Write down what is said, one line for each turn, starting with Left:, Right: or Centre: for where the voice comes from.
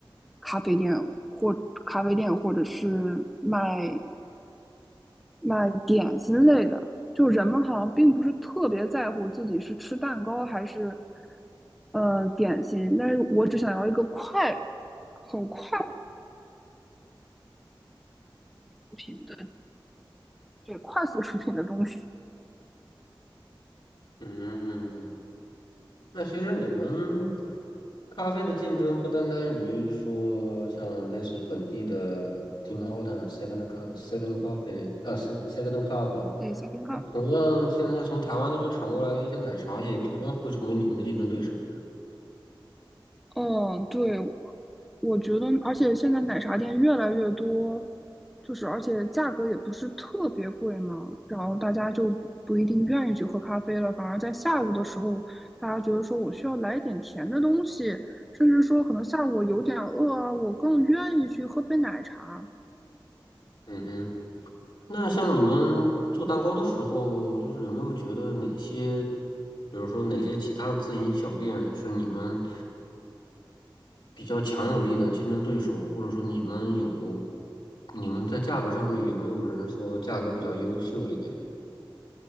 Centre: 咖啡店或咖啡店，或者是卖卖点心类的。就人们好像并不是特别在乎自己是吃蛋糕还是呃点心，但是我只想要一个快、很快出品的，对，快速出品的东西。
Left: 嗯。那其实你们咖啡的竞争不单单于说像类似于本地的 Tim Horton、Second Cup、Second Coffee 啊 s e c o n d Cup，
Centre: 对 s e c o
Left: 那同样现在从台湾那边传过来的一些奶茶，也同样会成为你们的竞争对手的
Centre: 嗯，对，我我觉得，而且现在奶茶店越来越多，就是而且价格也不是特别贵嘛，然后大家就不不一定愿意去喝咖啡了，反而在下午的时候，大家觉得说我需要来一点甜的东西，甚至说可能下午我有点饿啊，我更愿意去喝杯奶茶。
Left: 嗯哼，那像你们做蛋糕的时候，就是有没有觉得哪些，比如说哪些其他的自营小店是你们？比较强有力的竞争对手，或者说你们有，你们在价格上面有没有人说价格比较优秀一点